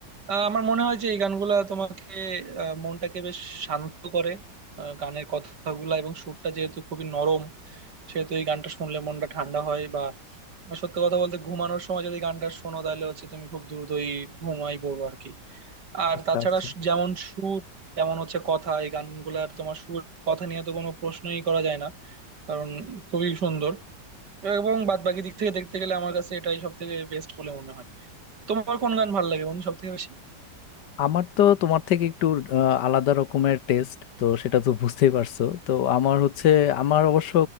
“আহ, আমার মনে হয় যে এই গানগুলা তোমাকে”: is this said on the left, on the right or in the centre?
Right